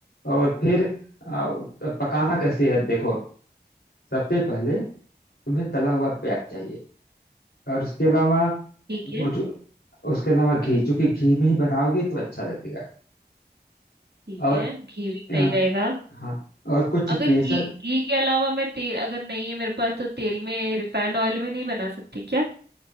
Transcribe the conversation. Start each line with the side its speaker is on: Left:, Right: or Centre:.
Left: और फिर आ, पकाना कैसे है देखो सबसे पहले तुम्हें तला हुआ प्याज चाहिए और उसके अलावा
Right: ठीक
Left: वो
Right: है
Left: जो उसके अलावा घी चूंकि घी में ही बनाओगे तो अच्छा लगेगा
Right: ठीक
Left: और
Right: है घी भी
Left: अ,
Right: सही रहेगा
Left: हाँ और कुछ केसर
Right: अगर घी घी के अलावा मैं तेल अगर नहीं है मेरे पास तो तेल में रिफाइन ऑयल में नहीं बना सकती क्या